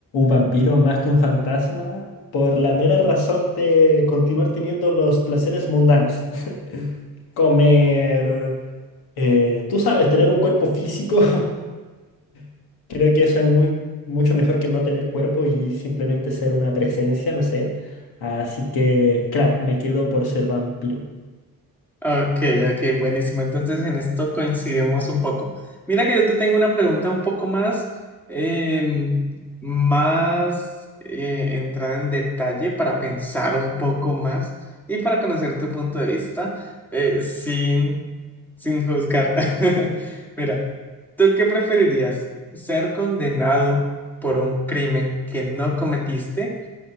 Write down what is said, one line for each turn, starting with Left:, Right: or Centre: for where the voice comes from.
Left: vampiro más que un fantasma por la mera razón de continuar teniendo los placeres mundanos. <laughs> Comer, eh, tú sabes, tener un cuerpo físico. <laughs> Creo que eso es muy, mucho mejor que no tener cuerpo y simplemente ser una presencia, no sé. Así que, claro, me quedo por ser vampiro.
Centre: Ok, ok, buenísimo. Entonces en esto coincidimos un poco. Mira que yo te tengo una pregunta un poco más, em, más eh, entrada en detalle para pensar un poco más y para conocer tu punto de vista eh, sin, sin juzgar. <laughs> Mira, ¿tú qué preferirías? ¿Ser condenado por un crimen que no cometiste